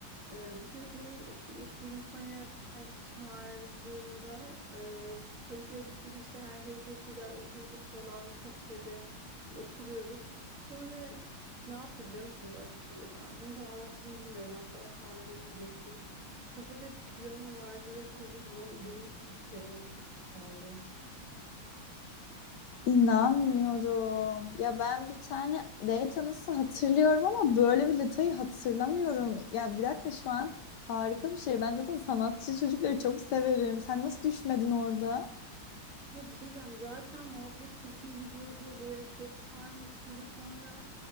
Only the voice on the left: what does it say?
inanmıyorum. Ya ben bir tane date anısı hatırlıyorum ama böyle bir detayı hatırlamıyorum. Ya bir dakika şu an harika bir şey. Ben zaten sanatçı çocukları çok severim. Sen nasıl düşmedin orada?